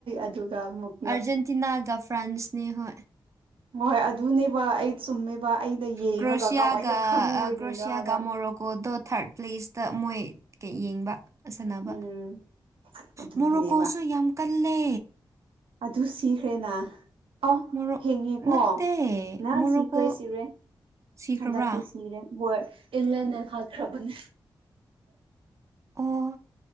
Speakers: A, on the right; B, on the right.
A: ꯑꯗꯨꯒ ꯑꯃꯨꯛ
B: ꯑꯔꯖꯦꯟꯇꯤꯅꯥꯒ ꯐ꯭ꯔꯥꯟꯁꯅꯦ ꯍꯣꯏ
A: ꯍꯣꯏ ꯑꯗꯨꯅꯦꯕ ꯑꯩ ꯆꯨꯝꯃꯦꯕ ꯑꯩꯅ ꯌꯦꯡꯉꯒ
B: ꯀ꯭ꯔꯣꯁꯤꯌꯥꯒ
A: ꯀꯃꯥꯏꯅ ꯈꯪꯉꯣꯏꯗꯣꯏꯅꯣ
B: ꯀ꯭ꯔꯣꯁꯤꯌꯥꯒ
A: ꯍꯥꯏꯕ
B: ꯃꯔꯒꯣ ꯑꯗꯨꯣ ꯊꯥꯔꯠ ꯄ꯭ꯂꯦꯁꯇ ꯃꯣꯏ ꯀꯩ ꯌꯦꯡꯕ ꯑꯁꯅꯕ
A: ꯎꯝ ꯑꯗꯨꯒꯤꯅꯦꯕ
B: ꯃꯣꯔꯣꯀꯣꯁꯨ ꯌꯥꯝ ꯀꯜꯂꯦ
A: ꯑꯗꯨ ꯁꯤꯈ꯭ꯔꯦꯅ ꯑ
B: ꯃꯣꯔꯣ
A: ꯊꯦꯡꯉꯦꯀꯣ
B: ꯅꯠꯇꯦ
A: ꯅ
B: ꯃꯣꯔꯣꯀꯣ
A: ꯁꯤꯈ꯭ꯔꯦ ꯁꯤꯔꯦ
B: ꯁꯤꯈ꯭ꯔꯕ꯭ꯔꯥ
A: ꯍꯟꯗꯛꯇꯤ ꯁꯤꯔꯦ ꯏꯪꯂꯦꯟꯅ ꯍꯥꯠꯈ꯭ꯔꯕꯅꯦ
B: ꯑꯣ